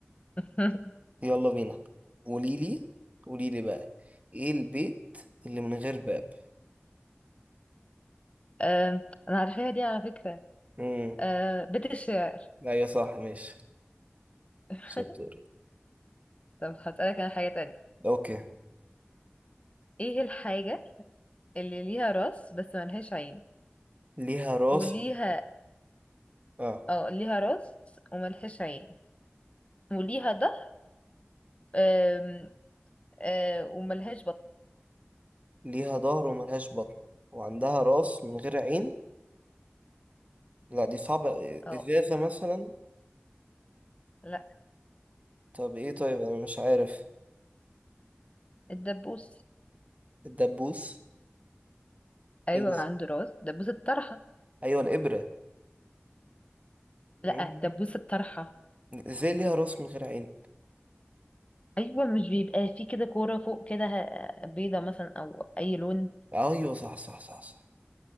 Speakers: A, on the left; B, on the right.
A: <laughs>
B: يلا بينا قولي لي قولي لي بقى ايه البيت اللي من غير باب
A: أم، انا عارفاها دي على فكرة
B: امم
A: أه بيت الشعر
B: ايوه صح ماشي
A: <laughs>
B: شطور
A: طب هسألك انا حاجة تانية
B: اوكي
A: ايه الحاجة اللي ليها راس بس ملهاش عين
B: ليها راس
A: وليها
B: اه
A: اه ليها راس وملهاش عين وليها ظهر آم، آه، وملهاش بطن
B: ليها ظهر وملهاش بطن وعندها راس من غير عين لا دي صعبة
A: اه
B: ازازة مثلا
A: لا
B: طب ايه طيب انا مش عارف
A: الدبوس
B: الدبوس
A: ايوه
B: ايه ده
A: عنده راس دبوس الطرحه
B: ايوه الابرة مم.
A: لا دبوس الطرحه
B: ازاي ليها راس من غير عين
A: ايوه مش بيبقى فيه كده كوره فوق كده ه- بيضه مثلا او اي لون
B: ايوه صح صح صح صح